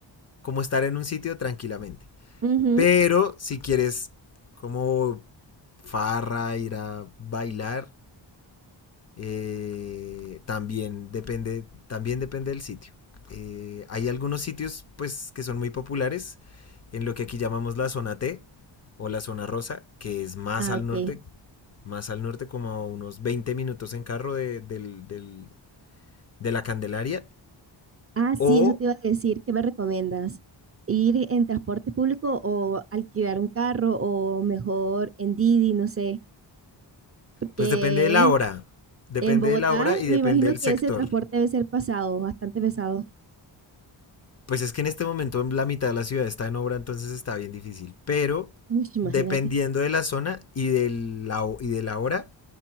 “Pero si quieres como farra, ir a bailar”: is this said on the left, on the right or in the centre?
Left